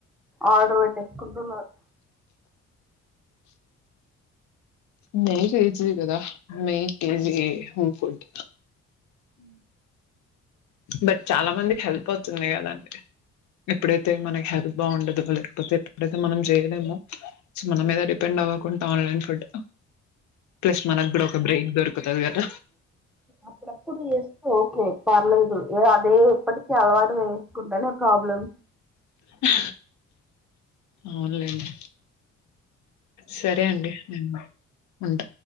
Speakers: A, in the centre; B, on the left.
A: order పెట్టేసుకుంటున్నారు
B: మీకి ఈజీ యె కదా మీకి ఈజీ ఈ హోమ్ ఫుడ్
A: అ
B: బట్ చాలా మందికి హెల్ప్ అవుతుంది కదండి ఎప్పుడైతే మనకి హెల్త్ బాగుండదు బలె కాకపోతే ఎప్పుడైతే మనం చేయలేమో మన మీద డిపెండ్ అవ్వకుండా ఆన్లైన్ ఫుడ్ ప్లస్ మనగ్గూడ ఒక బ్రేక్ దొరుకుతాది కద
A: అప్పుడప్పుడు చేస్తే ఓకే పర్లేదు ఏ అదే ఎప్పటికి అలవాటు చేసుకుంటనే ప్రాబ్లెం
B: హా అవున్లెండి సరే అండి నేను ఉంట